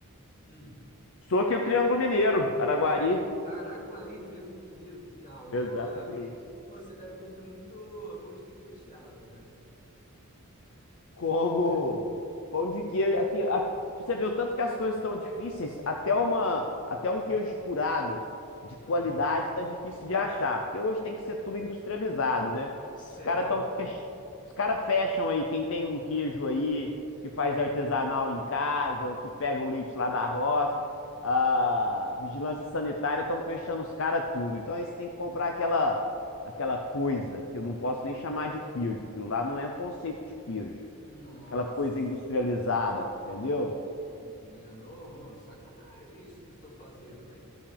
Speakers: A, on the left; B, on the left.
A: Hum.
B: sou aqui do Triângulo Mineiro, Araguari.
A: Tri- Araguari, Triângulo Mineiro, que da hora,
B: Exatamente.
A: mano. Ô, você deve comer muito pão de queijo recheado, né? <laughs>
B: como
A: Só pode.
B: pão de queijo. Aqui, a- você vê o tanto que as coisas estão difíceis, até uma, até um
A: Hum.
B: queijo curado de qualidade
A: Ah,
B: está difícil de achar, porque hoje tem que ser tudo industrializado, né?
A: Sério?
B: Os caras tão, fech- os cara fecham aí, quem tem um queijo aí que faz artesanal em casa ou que pega o leite lá da roça, a vigilância sanitária estão fechando os caras tudo. Então aí você tem que comprar aquela aquela coisa que eu não posso nem chamar de queijo, aquilo lá não é um conceito de queijo
A: Nossa,
B: aquela coisa industrializada, entendeu?
A: entendo. Ô, amor, sacanagem isso que estão fazendo, hein?